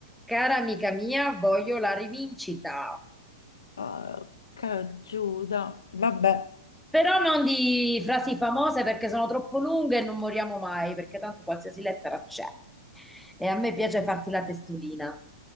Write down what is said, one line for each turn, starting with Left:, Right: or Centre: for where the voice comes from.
Centre: Cara amica mia, voglio la rivincita,
Left: Porca Giuda. Vabbè.
Centre: però non di frasi famose perché sono troppo lunghe e non moriamo mai, perché tanto qualsiasi lettera c'è. E a me piace farti la testolina.